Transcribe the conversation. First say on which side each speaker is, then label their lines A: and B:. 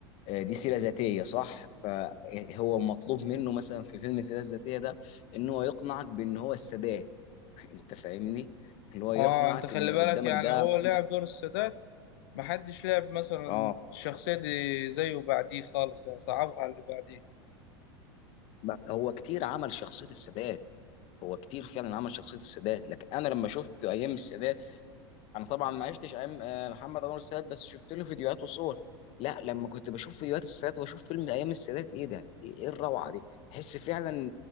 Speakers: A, on the left; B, on the left.
A: آه، دي سيرة ذاتية صح فهو مطلوب منه مثلا في فيلم السيرة الذاتية ده ان هو يقنعك بان هو السادات <laughs> انت فاهمني اللي هو يقنعك
B: آه أنت خلي
A: ان اللي
B: بالك
A: قدامك
B: يعني
A: ده
B: هو
A: <laughs>
B: لعب دور السادات محدش لعب مثلا
A: اه
B: الشخصية دي زيه بعديه خالص يعني صعبها على اللي بعديه
A: لا، هو كتير عمل شخصيه السادات هو كتير فعلا عمل شخصيه السادات لكن انا لما شفت ايام السادات انا طبعا ما عشتش ايام آه، محمد انور السادات بس شفت له فيديوهات وصور لا لما كنت بشوف فيديوهات السادات واشوف فيلم ايام السادات ايه ده ايه إيه الروعه دي تحس فعلا